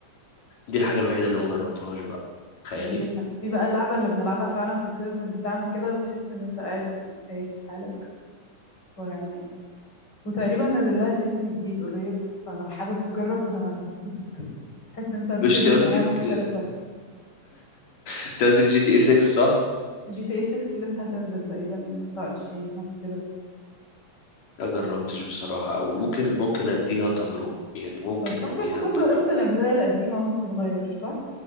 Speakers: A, on the left; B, on the left.
A: دي الحاجه الوحيده اللي ما جربتهاش بقى تخيلي
B: دي ال... دي بقى اللعبة اللي بنلعبها فعلا في السيرفر بتاعنا كده وتحس ان انت قاعد خايف في حالك ويعني وتقريبا نزل لها سيزون جديد قريب فلو حابب تجرب ه- هتتبسط تحس ان انت بتبني
A: مش انت قصدك
B: حياة مختلفة
A: <laughs> انت قصدك جي تي اي 6 صح؟
B: جي تي اي 6 لسه هتنزل تقريبا يوم 26 حاجة كده
A: ما جربتش بصراحة وممكن ممكن اديها تجربة يعني ممكن
B: بس
A: اديها
B: ممكن تكون
A: التجربة
B: جربت الأجزاء القديمة وانت صغير صح؟